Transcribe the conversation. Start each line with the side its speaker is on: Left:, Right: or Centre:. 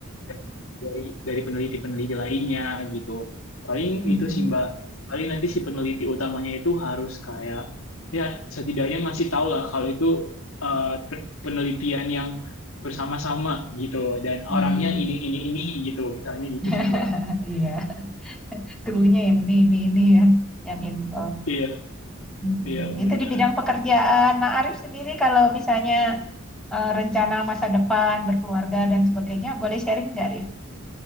Left: dari dari dari peneliti-peneliti lainnya gitu. Paling
Centre: Mm,
Left: itu sih Mbak, paling nanti si peneliti utamanya itu harus kayak ya setidaknya ngasih tahu lah kalau itu eh, pe- penelitian yang bersama-sama gitu dan orangnya
Centre: mm.
Left: ini ini ini gitu misalnya gitu
Centre: <laughs>
Left: sih Mbak.
Centre: Iya, krunya yang ini, ini, ini ya, yang info.
Left: Iya,
Centre: Mm-mm.
Left: iya
Centre: Itu
Left: benar.
Centre: di bidang pekerjaan. Nah, Arif sendiri kalau misalnya eh, rencana masa depan, berkeluarga dan sebagainya, boleh sharing nggak, Arif?